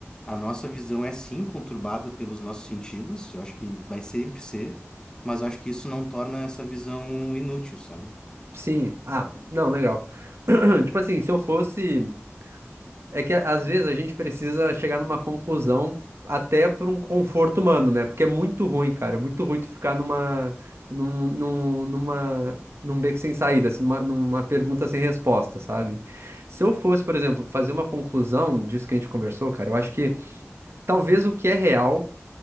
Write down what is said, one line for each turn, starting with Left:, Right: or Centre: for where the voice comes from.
Left: a nossa visão é sim conturbada pelos nossos sentidos, eu acho que vai sempre ser, mas eu acho que isso não torna essa visão inútil, sabe?
Right: Sim. Ah, não, legal. <clears throat> Tipo assim, se eu fosse. É que às vezes a gente precisa chegar numa conclusão até por um conforto humano, né? Porque é muito ruim, cara. É muito ruim tu ficar numa. Num, num, numa. Num beco sem saída, assim, numa, numa pergunta sem resposta, sabe? Se eu fosse, por exemplo, fazer uma conclusão disso que a gente conversou, cara, eu acho que talvez o que é real